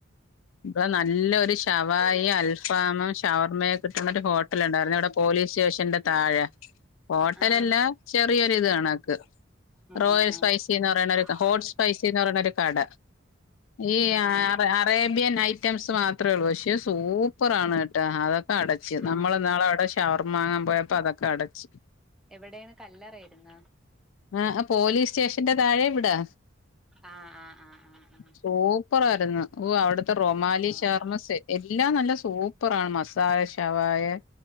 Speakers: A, on the left; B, in the centre.
A: ഇപ്പ നല്ലൊരു ഷവായി അൽഫാമം ഷവർമ്മയ കിട്ടന്ണ ഒരു ഹോട്ടലുണ്ടായിരുന്നു ഇവിടെ പോലീസ് സ്റ്റേഷന്റെ താഴെ ഹോട്ടലല്ല
B: ആഹ്
A: ചെറിയൊരി ഇത് കണക്ക്
B: ഉം
A: റോയൽ
B: ഉം
A: സ്പൈസിന്ന് പറയണ ഒരു
B: ആഹ്
A: ഹോട്ട് സ്പൈസീന്ന് പറയണ ഒരു കട ഈ ആറ
B: ആഹ്
A: അറേ ബ്യൻ ഐറ്റംസ് മാത്രേള്ളൂ പക്ഷേ സൂപ്പർാണ് കേട്ട അതൊക്കെ അടച്ച് നമ്മൾ
B: ആഹ്
A: നാളവിടെ ഷവർമ വാങ്ങാൻ പോയപ്പ അതൊക്കെ അടച്ച്
B: എവിടെയന്ന് കല്ലറയിരുന്നാ
A: ആഹ് അ പോലീസ് സ്റ്റേഷന്റെ താഴെ ഇവിടാ
B: ആഹ് ആഹ് ആഹ് ആഹ് ആഹ്
A: സൂപ്പറായിരുന്നു ഓ അവിടുത്തെ റൊമാലി
B: ആഹ്
A: ഷവർമ സെറ്റ് എല്ലാം നല്ല സൂപ്പ് സൂപ്പറാ മസാല ശവായ